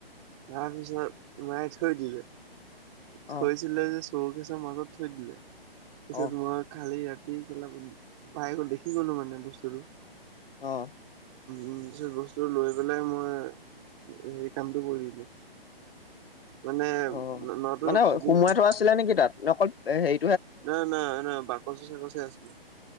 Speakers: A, on the right; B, on the left.
A: তাৰপিছত মায়ে থৈ দিলে। থৈছিলে
B: অ',
A: যে চৌকেচৰ মাজত থৈ দিলে পিছত
B: অ',
A: মই খালি ইয়াত। কেলা পাই গল দেখি গলো মানে বস্তুটো।
B: অ
A: উম পিছত বস্তু লৈ পেলাই মই হে কামটো কৰিলো
B: <unintelligible>
A: মানে
B: অ
A: নতো
B: মানে
A: থাকি
B: সোমোৱাই
A: ন
B: থোৱা আছিলে নেকি তাত অকল হেৰি
A: ন না না বাকচে চাকচে আছিলে